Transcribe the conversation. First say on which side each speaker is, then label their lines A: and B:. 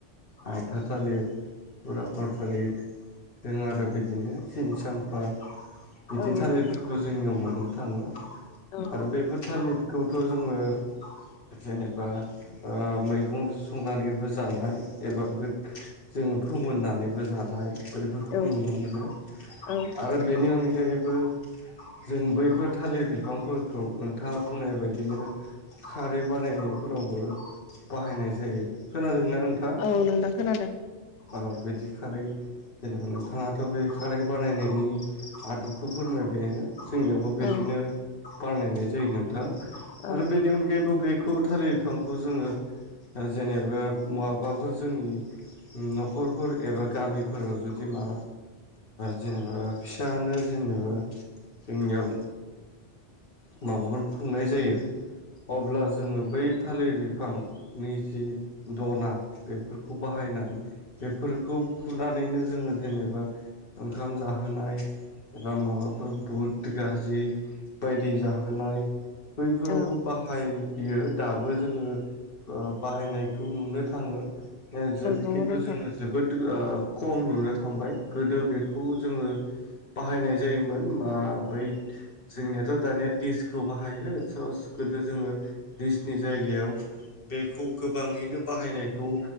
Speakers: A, on the left; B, on the left.
A: आयथा थालिर पुराखर थालिर जों आरो बिदिनो सिनि साम्फा बिदि
B: औ
A: थालिरफोरखौ
B: नंगौ
A: जोंनियाव मोननो थाङो।
B: औ
A: आरो बेफोर थालिरखौथ' जोङो जेनेबा ओ मैगं संनानैबो जानाय एबा गोदो जोङो फोमोननानैबो जानाय बेफोरखौ
B: औ
A: नुनो मोनो
B: औ
A: आरो बेनि अनगायैबो जों बैफोर थालिर बिफांफोरखौ नोंथाङा बुंनाय बायदिनो खारै बानायनायफोरावबो बाहायनाय जायो। खोनादोंना नोंथाङ
B: औ नोंथां खोनादों
A: औ बिदि खारै जेनेबा नोंथाङाथ' बे खारै बानायनायनि आदबखौ फोरमायबायनो। जोंनियावबो बिदिनो
B: औ
A: बानायनाय जायो नोंथां
B: औ
A: आरो बेनि अनगायैबो बेखौ थालिर बिफांखौ जोङो जेनेबा माबाफोर जोंनि न'खरफोर एबा गामिफोराव जुदि मा जेनेबा फिसायानो जेनेबा जोंनियाव माबाफोर खुंनाय जायो अब्ला जोङो बै थालिर बिफांनि जि दना बेफोरखौ बाहायनानै बेफोरखौ फुनानैनो जोङो जेनेबा ओंखाम जाहोनाय एबा माबाफोर बुट गाजि बायदि जाहोनाय। बैफोरावबो
B: औ
A: बाहा बाहायो दाबो जोङो बाहायनायखौ नुनो थाङो। ओ
B: नंगौ
A: खिन्थु
B: नोंथां
A: जोङो जोबोद ओ खम नुनो थांबाय गोदो बेखौ जोङो बाहायनाय जायोमोन मा बै जोंनियाथ' दानिया दिसखौ बाहायो स गोदो जोङो दिसनि जायगायाव बेखौ गोबाङैनो बाहायनायखौ